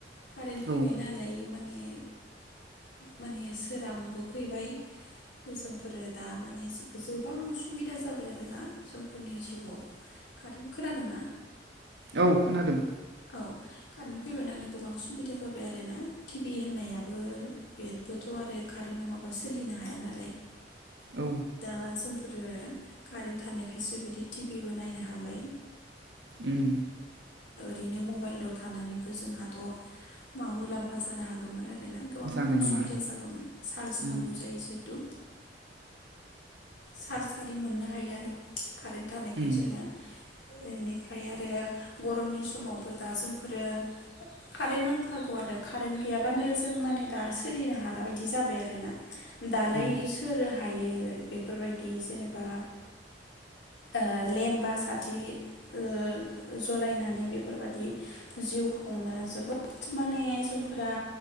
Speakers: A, on the left; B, on the right.
A: कारेन्ट
B: औ
A: फैबाय नालाय माने माने सोरांबो फैबाय जोंफोरो दा माने गोबां सुबिदा जाबाय आरोना जोंफोरनि जिउआव। कारेन्ट खोनादोंना
B: औ खोनादों।
A: औ कारेन्ट फैबाय नालाय गोबां सुबिदा जाबाय आरो ना टिभि होननायाबो बेदबोथ' आरो कारेन्ट नङाबा सोलिनो हाया नालाय
B: औ
A: दा जों फोर कारेन्ट थानायखायसो बिदि टिभिबो नायनो हाबाय।
B: उम
A: रैनो मबाइलल' थानानैबो जोंहाथ' मा मुलाम्फा जानो हागौमोन आरो गोबां
B: जानाय
A: असुबिदा
B: नङा
A: जागौमोन चार्ज
B: उम
A: नांगौ जायो ज दु सार सारि मोननो हायो आरो कारेन्ट थानायखाय
B: उम
A: जोङो बेनिफ्राय आरो गरमनि सम समावबो दा जोंफोरो कारेन्ट नांथारगौ आरो कारेन्ट गैयाबानो जों माने दा सोलिनो हाला बायदि जाबाय आरोना दालाय
B: औ
A: सोर हायो बेफोरबायदि जेनेबा ओ लेमबा साथि ओ जलायनानै बे बेफोरबायदि जिउ खुंनो जोबोद माने जोंफोरा